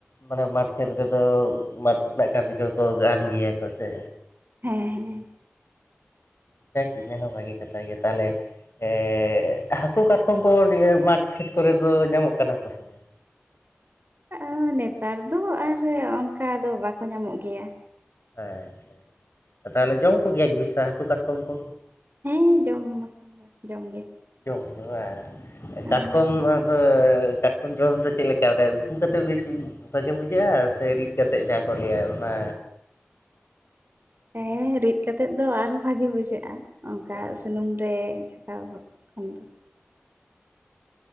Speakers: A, on the left (about 70°); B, on the right (about 55°).
A: ᱢᱟᱱᱮ ᱢᱟᱴᱷ ᱠᱷᱮᱛ ᱨᱮᱫᱚ ᱢᱟᱴᱷ ᱨᱮᱱᱟᱜ ᱠᱟᱹᱢᱤ ᱫᱚᱠᱚ ᱜᱟᱱ ᱜᱮᱭᱟ ᱠᱚ ᱥᱮ
B: ᱦᱮᱸ ᱦᱮᱸ
A: <inaudible> ᱤᱱᱟᱹ ᱦᱚᱸ ᱵᱷᱟᱜᱤ ᱠᱟᱛᱷᱟ ᱜᱮ ᱛᱟᱦᱚᱞᱮ ᱮᱸ ᱦᱟᱹᱠᱩ ᱠᱟᱴᱠᱚᱢ ᱠᱚ ᱱᱤᱭᱟᱹ ᱢᱟᱴ ᱠᱷᱮᱛ ᱠᱚᱨᱮ ᱫᱚ ᱧᱟᱢᱚᱜ ᱠᱟᱱᱟ ᱠᱚ ᱥᱮ ᱵᱟᱝ?
B: ᱟᱺ ᱱᱮᱛᱟᱨ ᱫᱚ ᱟᱨ ᱚᱱᱠᱟ ᱫᱚ ᱵᱟᱠᱚ ᱧᱟᱢᱚᱜ ᱜᱮᱭᱟ
A: ᱟ ᱟᱪᱷᱟ ᱛᱟᱦᱚᱞᱮ ᱡᱚᱢ ᱠᱚᱜᱮᱭᱟ ᱜᱮᱵᱤᱱ ᱥᱮ ᱦᱟᱹᱠᱩ ᱠᱟᱴᱠᱚᱢ ᱠᱚ?
B: ᱦᱮᱸ ᱡᱚᱢ ᱵᱟᱠᱷᱟᱱ ᱫᱚ ᱡᱚᱢ ᱜᱮ᱾
A: ᱡᱚᱢ ᱜᱮ ᱵᱟᱸ
B: ᱦᱳᱭ
A: ᱠᱟᱴᱠᱚᱢ ᱟᱹ ᱫᱚ ᱠᱟᱴᱠᱚᱢ ᱡᱚᱢ ᱫᱚ ᱪᱮᱫ ᱞᱮᱠᱟ ᱩᱛᱩ ᱠᱟᱛᱮᱫ ᱵᱮᱥᱼᱼ <inaudible> ᱜᱮ ᱵᱩᱡᱷᱟᱹᱜᱼᱟ ᱥᱮ ᱨᱤᱫ ᱠᱟᱛᱮ ᱡᱟᱦᱟᱸ ᱠᱚ ᱞᱟᱹᱭᱟ ᱚᱱᱟ
B: ᱦᱮᱸ ᱨᱤᱫ ᱠᱟᱛᱮᱜ ᱫᱚ ᱟᱨᱦᱚᱸ ᱵᱷᱟᱜᱤ ᱵᱩᱡᱷᱟᱹᱜᱼᱟ ᱚᱱᱠᱟ
A: ᱦᱳᱭ
B: ᱥᱩᱱᱩᱢ ᱨᱮᱼᱼ <unintelligible>